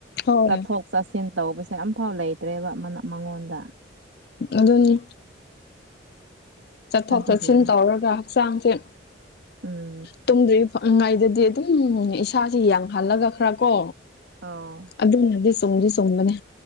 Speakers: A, on the left (about 55°); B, on the right (about 70°).
A: ꯍꯣꯏ
B: ꯆꯠꯊꯣꯛ ꯆꯠꯁꯤꯟ ꯇꯧꯕꯁꯦ ꯑꯝꯐꯥꯎ ꯂꯩꯇ꯭ꯔꯦꯕ ꯃꯥꯅ ꯃꯉꯣꯟꯗ
A: ꯑꯗꯨꯅꯤ ꯆꯠꯊꯣꯛ
B: ꯑꯗꯨꯒꯤꯅꯦ
A: ꯆꯠꯁꯤꯟ ꯇꯧꯔꯒ ꯍꯛꯆꯥꯡꯁꯦ
B: ꯎꯝ
A: ꯇꯨꯝꯗ꯭ꯔꯤ ꯉꯥꯏꯗꯗꯤ ꯑꯗꯨꯝ ꯏꯁꯥꯥꯁꯤ ꯌꯥꯡꯍꯜꯂꯒ ꯈꯔ ꯀꯣ
B: ꯑꯣ
A: ꯑꯗꯨ ꯅꯗꯤ ꯆꯨꯝꯗꯤ ꯆꯨꯝꯕꯅꯦ